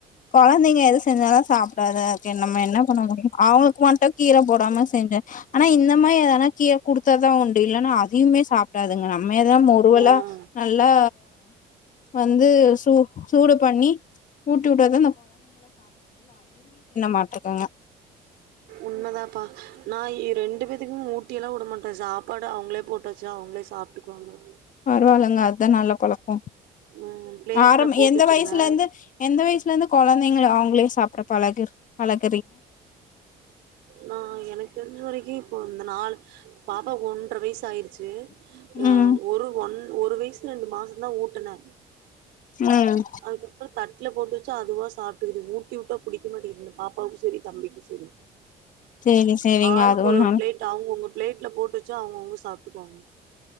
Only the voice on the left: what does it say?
கொழந்தைங்க எது செஞ்சாலு சாப்டாதுஅ நம்ம என்ன பண்ண முடியு அவங்ளுக்கு மட்டு கீர போடாம செஞ்சே ஆனா இந்த மாரி ஏனா கீர குடுத்தாதா உண்டு இல்லன்னா அதயுமே சாப்டாதுங்க நம் மேதா முருவெலா
நல்லா வந்து சு.. சூடு பண்ணி ஊட்டி விட்டாத மாட்ருக்குங்க
பரவாலங்க அதான் நல்ல பலக்கம்
ஆரம்
எந்த
வயசுல இந்து எந்த வயசுல இருந்து கொழந்தைங்கள அவுங்களே சாப்ட பலகு பலகு
ம்
ம்
சேரி சேரிங்க
அதுவு
நல்